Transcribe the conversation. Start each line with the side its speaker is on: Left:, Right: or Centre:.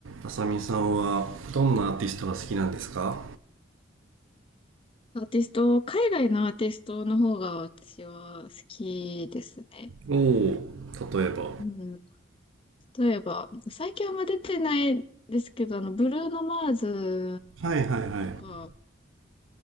Right: あさみさんはどんなアーティストが好きなんですか
Left: アーティスト、海外のアーティストの方が私は好きですね。
Right: おお例えば
Left: うん。例えば、最近あんま出てないですけど、あの、ブルーノ・マーズ
Right: はいはいは
Left: とか、